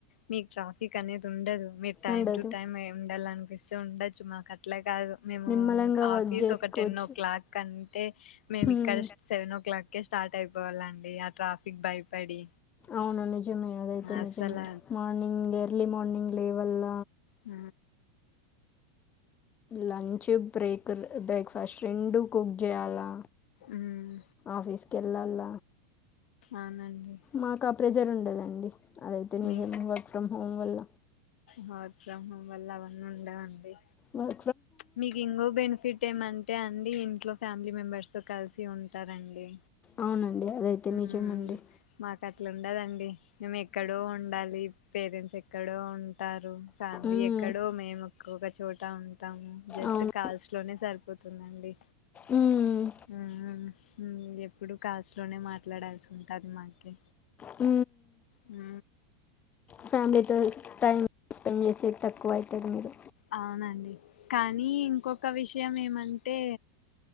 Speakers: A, on the left; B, on the left.
A: మీకు ట్రాఫిక్ అనేది ఉండదు మీరు టైమ్
B: ఉండదు
A: టు టైమ్ ఉండాల అనిపిస్తే ఉండొచ్చు మాకు అట్లే కాదు మేము
B: నిమ్మలంగా వర్క్
A: ఆఫీస్
B: చేసుకోవచ్చు
A: ఒకటి టెన్ ఓ క్లాక్ అంటే మేము
B: హ్మ్
A: ఇక్కడ సెవెన్ ఓ క్లాక్ కె స్టార్ట్ అయిపోవాలండి ఆ ట్రాఫిక్ భయపడి
B: అవును నిజమే అదైతే
A: అసలు
B: నిజమే మార్నింగ్ ఎర్లీ మార్నింగ్ లేవల్ల
A: ఉ
B: లంచ్ బ్రేక్ బ్రేక్ఫాస్ట్ రెండు కుక్ చేయాలా
A: ఉమ్,
B: ఆఫీస్ కు వెళ్ళాల
A: అవునండి
B: మాకు ప్రెజర్ ఉండదండి అదైతే
A: మీ
B: నిజం వర్క్ ఫ్రమ్ హోమ్ వల్ల
A: వర్క్ ఫ్రం హోం వల్ల అవన్నీ ఉండవండి
B: వర్
A: మీకు ఇంకో బెనిఫిట్ ఏమంటే అండి ఇంట్లో ఫ్యామిలీ మెంబెర్స్ తో కలిసి ఉంటారండి
B: అవునండి అదైతే
A: మ్మ్
B: నిజం అండి
A: మాకు అట్లా ఉండదు అండి మేము ఎక్కడో ఉండాలి పేరెంట్స్ ఎక్కడో ఉంటారు ఫ్యామిలీ
B: మ్మ్.
A: ఎక్కడో మేము ఏక్ ఒక చోట ఉంటాము జస్ట్
B: అవును
A: కాల్స్ ఇంట్లోనే సరిపోతుంది అండి
B: మ్మ్.
A: ఊ ఊ ఊ ఎప్పుడు కాల్స్ ఇంట్లోనే మాట్లాడాల్సి ఉంటది మాకి
B: ఊ
A: హు
B: ఫ్యామిలీతో టైం స్పెండ్ చేసేది తక్కువ అయతది మీరు
A: అవునండి కానీ ఇంకొక విషయం ఏమంటే